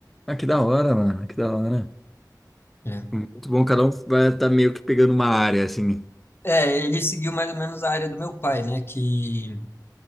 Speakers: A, in the centre; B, on the left.
A: ah, que da hora, mano. Que da hora.
B: É.
A: Muito bom, cada um vai estar meio que pegando uma área, assim.
B: É, ele seguiu mais ou menos a área do meu pai, né? Que